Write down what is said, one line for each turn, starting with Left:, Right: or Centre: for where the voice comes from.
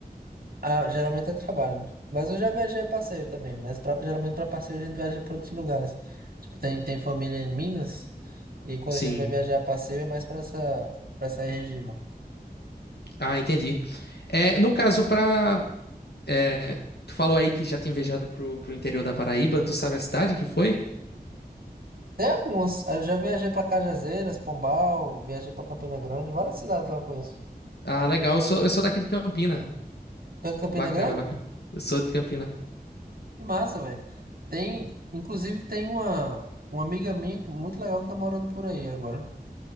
Right: Ah, geralmente é trabalho. Mas eu já viajei a passeio também. Mas pra- geralmente para passeio a gente viaja para outros lugares. Tipo, tem, tem família em Minas. E quando
Left: Sim.
Right: a gente vai viajar a passeio é mais para essa, para essa região.
Left: Ah, entendi. É, no caso, pra. é, tu falou aí que já tinha viajado pro, pro interior da Paraíba, tu sabe a cidade que foi?
Right: Tem alguns. Eu já viajei para Cajazeiras, Pombal. Viajei para Campina Grande. Várias cidades lá eu conheço.
Left: Ah, legal. Eu sou, eu sou daqui de Campina.
Right: Tu é de Campina
Left: Bacana,
Right: Grande?
Left: bacana. Eu sou de Campina.
Right: Que massa, velho. Tem, inclusive, tem uma, uma amiga minha que- muito legal que tá morando por aí agora.